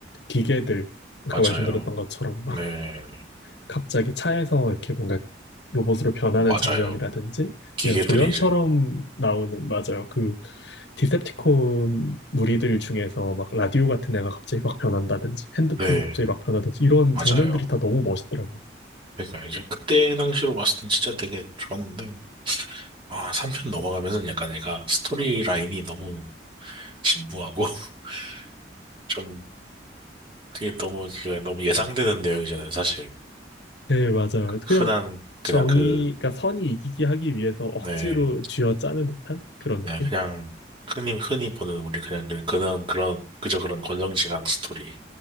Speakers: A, on the left (about 70°); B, on the right (about 25°).
A: 기계들,
B: 맞아요.
A: 아까 말씀드렸던 것처럼 막
B: 네,
A: 갑자기 차에서 이렇게 뭔가 로봇으로 변하는
B: 맞아요.
A: 장면이라든지
B: 기계들이
A: 그냥 조연처럼
B: 이제,
A: 나오는 맞아요. 그 디셉티콘 무리들 중에서 막 라디오 같은 애가 갑자기 막 변한다든지 핸드폰이
B: 네,
A: 갑자기 막 변하든지 이런
B: 맞아요.
A: 장면들이 다 너무 멋있더라고요.
B: 그러니까 이제 그때 당시로 봤을 땐 진짜 되게 좋았는데, 아, 3편 넘어가면서 약간 얘가 스토리 라인이 너무 진부하고, <laughs> 좀, 그게 너무, 그 너무 예상되는 내용이잖아요, 사실.
A: 네, 맞아요.
B: 흔한
A: 그냥
B: 그냥
A: 정의가
B: 그,
A: 선이 이기기 하기 위해서 억지로
B: 네,
A: 쥐어짜는 듯한 그런
B: 네,
A: 느낌?
B: 그냥 흔히 흔히 보는 우리 그냥 그- 그런 그런 그저 그런 권선징악 스토리